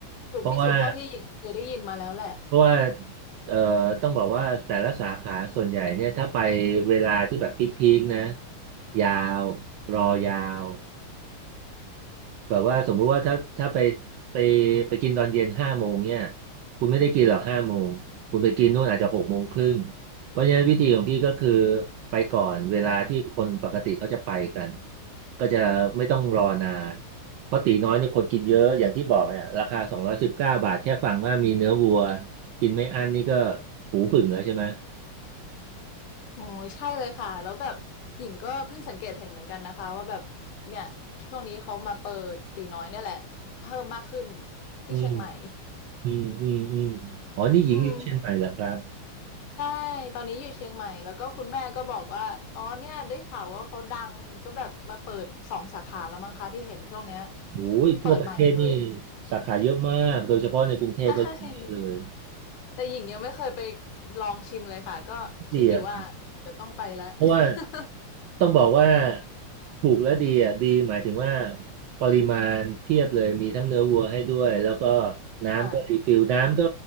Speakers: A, on the left (about 75°); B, on the right (about 70°).
A: ถูกที่สุดเท่าที่หญิงเคยได้ยินมาแล้วแหละ
B: เพราะว่าเพราะว่าเอ่อต้องบอกว่าแต่ละสาขาส่วนใหญ่เนี่ยถ้าไปเวลาที่แบบพีคๆนะ ยาว รอยาว แบบว่าสมมุติว่าถ้าถ้าไปไปไปกินตอนเย็นห้าโมงเนี่ยคุณไม่ได้กินหรอกห้าโมงคุณไปกินนู่นอาจจะหกโมงครึ่งเพราะฉะนั้นวิธีของพี่ก็คือไปก่อนเวลาที่คนปกติเขาจะไปกันก็จะไม่ต้องรอนานเพราะตีน้อยนี่คนกินเยอะอย่างที่บอกเนี่ยราคาสองร้อยสิบเก้าบาทแค่ฟังว่ามีเนื้อวัวกินไม่อั้นนี่ก็หูผึ่งแล้วใช่ไหม
A: โอ้ยใช่เลยค่ะแล้วแบบหญิงก็เพิ่งสังเกตเห็นเหมือนกันนะคะว่าแบบเนี่ยช่วงนี้เขามาเปิดตีน้อยเนี่ยแหละเพิ่มมากขึ้นที่เชียงใหม่
B: อืมอืมอืมอืมอ๋อนี่หญิงอยู่เชียงใหม่เหรอครับ
A: <laughs> อืมใช่ตอนนี้อยู่เชียงใหม่แล้วก็คุณแม่ก็บอกว่าอ๋อเนี่ยได้ข่าวว่าเขาดังก็แบบมาเปิดสองสาขาแล้วมั้งคะที่เห็นช่วงเนี้ย
B: โอ้ยทั่วประเทศนี่
A: เพิ่งเปิดใหม่เลย
B: สาขาเยอะมากโดยเฉพาะในกรุงเทพก็เยอะเลย
A: <laughs> ใช่ แต่หญิงยังไม่เคยไปลองชิมเลยค่ะก็คิดอยู่ว่าเดี๋ยวต้องไปแล้ว
B: ดีอะครับ
A: <laughs>
B: เพราะว่าต้องบอกว่าถูกและดีอะดีหมายถึงว่าปริมาณเพียบเลยมีทั้งเนื้อวัวให้ด้วยแล้วก็น้ำก็รีฟิลน้ำก็
A: ค่ะ